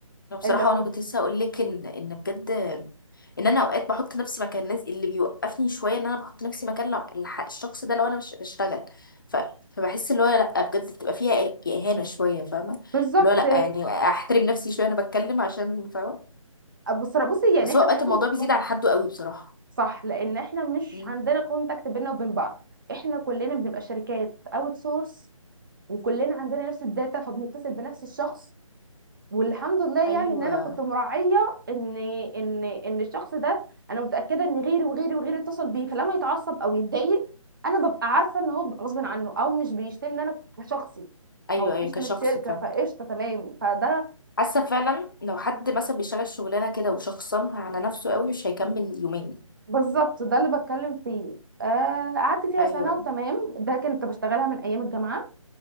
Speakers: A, on the left; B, on the right.
A: انا بصراحه
B: اللي هو
A: وانا كنت لسه هقول لك ان ان بجد ان انا اوقات بحط نفسي مكان الناس اللي بيوقفني شويه ان انا بحط نفسي مكان لو- الح- الشخص ده لو انا مش بشتغل ف فبحس اللي هو لا بجد بتبقى فيها إه- اهانه شويه فاهمه
B: بالظبط
A: اللي هو لا يعني احترم نفسي شويه انا بتكلم عشان فاهمه
B: بصرا- بصي يعني
A: بس
B: احنا
A: هو اوقات
B: برضو
A: الموضوع بيزيد عن حده قوي بصراحه
B: صح لان احنا مش
A: مم.
B: عندنا كونتاكت بينا وبين بعض احنا كلنا بنبقى شركات اوت سورس وكلنا عندنا نفس الداتا فبنتصل بنفس الشخص والحمد لله
A: ايوه
B: يعني ان انا كنت مراعيه ان ان ان الشخص ده انا متاكده ان غيري وغيري وغيري اتصل بيه فلما يتعصب او يتضايق انا ببقى عارفه ان هو غصب عنه او مش بيشتمني انا كشخصي
A: ايوه
B: او
A: ايوه
B: بيشتم
A: كشخص
B: الشركه
A: فعلا
B: فقشطه تمام فده
A: حاسه فعلا لو حد مثلا بيشتغل شغلانه كده وشخصنها على نفسه قوي مش هيكمل يومين
B: بالظبط ده اللي بتكلم فيه آه، قعدت فيها
A: ايوه
B: سنه وتمام ده كنت بشتغلها من ايام الجامعه